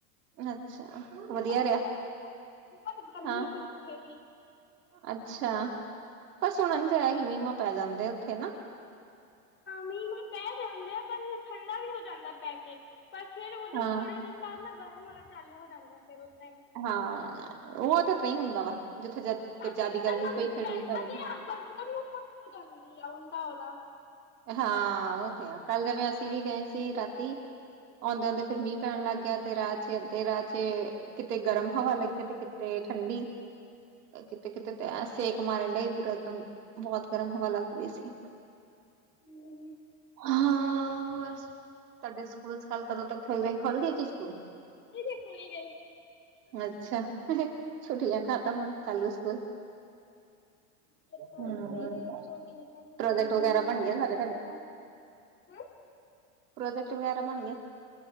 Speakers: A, on the right; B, on the left.
A: ਅੱਛਾ।
B: ਜਿੱਦਰ
A: ਵਧੀਆ ਰਿਹਾ
B: ਅਸੀ ਗਏ ਸੀ ਨਾ ਬੋਹਤ ਗਰਮੀ
A: ਹਾਂ
B: ਸੀ ਉੱਥੇ ਵੀ।
A: ਅੱਛਾ ਪਰ ਸੁਣਨ ਚ ਆਇਆ ਕੀ ਮੀ-ਮਾ ਪੈ ਜਾਂਦੇ ਉੱਥੇ ਨਾ।
B: ਮੀ-ਮਾਂ ਪੈ ਜਾਂਦੇ ਆ ਪਰ ਠੰਡਾ ਵੀ ਹੋ ਜਾਂਦਾ ਪੈ ਕੇ ਪਰ ਫੇਰ ਓਦੇ
A: ਹਾਂ
B: ਥੋੜੇ ਦਿਨ ਬਾਦ ਨਾ ਗਰਮ ਹੋਣਾ ਚਾਲੂ ਹੋ ਜਾਂਦਾ ਫੇਰ ਉਸਰ੍ਹਾਂ ਈ।
A: ਹਾਂ ਓ ਤਾਂ ਤ ਹੀ ਹੁੰਦਾ ਵਾ ਜਿੱਥੇ ਜ
B: ਸਾਡੇ
A: ਜਾਦੀ
B: ਇੱਧਰ
A: ਗਰਮੀ
B: ਨਾ
A: ਪਈ ਫਿਰ ਮੀਂਹ
B: ਪੈਂਦਾ
A: ਪੈ ਜਾਂਦਾ।
B: ਤੇ ਆ ਪਰ ਬਹੁਤ ਉਮਸ ਹੋ ਜਾਂਦੀ ਹੂੰ ਤੋ ਓਦਾ।
A: ਹਾਂ ਓ ਤੇ ਆ ਕੱਲ ਜਵੇਂ ਅਸੀਂ ਵੀ ਗਏ ਸੀ ਰਾਤੀ ਔਂਦੇ-ਔਂਦੇ ਫਿਰ ਮੀਹ ਪੈਣ ਲਗ ਗਿਆ ਤੇ ਰਾਹ ਚ ਅੱਧੇ ਰਾਹ ਚ ਏ ਕਿਤੇ ਗਰਮ ਹਵਾ ਲੱਗੇ ਤੇ ਕਿਤੇ ਠੰਡੀ। ਕਿਤੇ-ਕਿਤੇ ਤੇ ਐ ਸੇਕ ਮਾਰਨ ਡਿਆ ਈ ਪੂਰਾ ਇੱਕਦਮ ਬੋਤ ਗਰਮ ਹਵਾ ਲੱਗ ਰੀ ਸੀ।
B: ਹੂੰ
A: ਹਾਂ ਹੋਰ ਤੁਹਾਡੇ ਸਕੂਲ-ਸਕਾਲ ਕਦੋਂ ਤੋਂ ਖੁਲ ਰਏ ਖੁਲ ਗਏ ਕੀ ਸਕੂਲ।
B: <inaudible>
A: ਅੱਛਾ ਛੁੱਟੀਆਂ ਖਤਮ ਹੁਣ ਚਾਲੂ ਸਕੂਲ।
B: ਸਵੇਰੇ
A: ਹੂੰ
B: ਉੱਠੋ ਟਿਊਸ਼ਨ
A: ਪ੍ਰੋਜੈਕਟ
B: ਗਏ ਸਕੂਲ
A: ਵਗੈਰਾ
B: ਜਾਓ
A: ਬਣ ਗਏ ਸਾਡੇ
B: ਟਿਊਸ਼ਨ
A: ਤੁਹਾਡੇ,
B: ਜਾਓ ਹਾਂ
A: ਪ੍ਰੋਜੈਕਟ ਵਗੈਰਾ ਬਣ ਗਏ?